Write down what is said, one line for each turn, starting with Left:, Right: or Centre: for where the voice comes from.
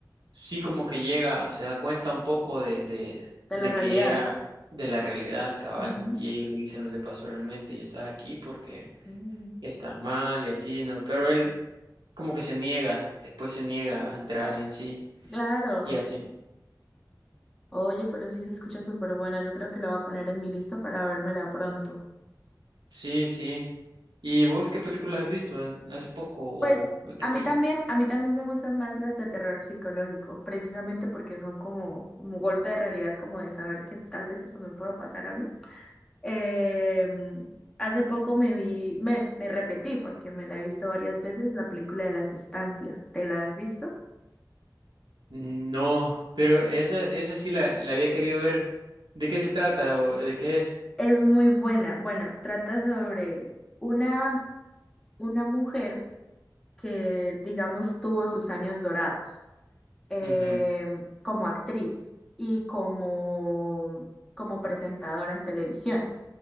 Right: sí como que llega, se da cuenta un poco de, de,
Centre: De
Right: de
Centre: la realidad.
Right: que era de la realidad cabal
Centre: Ujú.
Right: y ellos le dicen lo que pasó realmente y estás aquí porque
Centre: Ujú.
Right: estás mal y así, ¿no? Pero él como que se niega, después se niega a entrar en sí
Centre: Claro.
Right: y así.
Centre: Oye, pero sí se escucha súper buena. Yo creo que la voy a poner en mi lista para vérmela pronto.
Right: Sí, sí. ¿Y vos qué películas has visto eh, hace poco o
Centre: Pues
Right: o qué
Centre: a
Right: película?
Centre: mí también, a mí también me gustan más las de terror psicológico, precisamente porque son como, como golpe de realidad, como de saber que tal vez eso me pueda pasar a mí. Em, hace poco me vi, me, me repetí porque me la he visto varias veces, la película de la sustancia. ¿Te la has visto?
Right: No, pero esa esa sí la, la había querido ver. ¿De qué se trata o de qué es?
Centre: Es muy buena. Bueno, trata sobre una, una mujer que, digamos, tuvo sus años dorados em,
Right: Ujú,
Centre: como actriz y como, como presentadora en televisión.